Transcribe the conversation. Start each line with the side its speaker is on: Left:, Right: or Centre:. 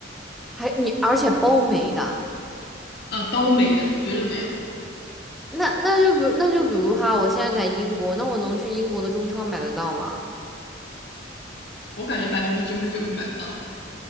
Centre: 还你，而且包没的，
Left: 呃，包没的，绝对没有，
Centre: 那那就比如那就比如哈，我现在在英国，那我能去英国的中超买得到吗？
Left: 我感觉百分之九十九是买不到的，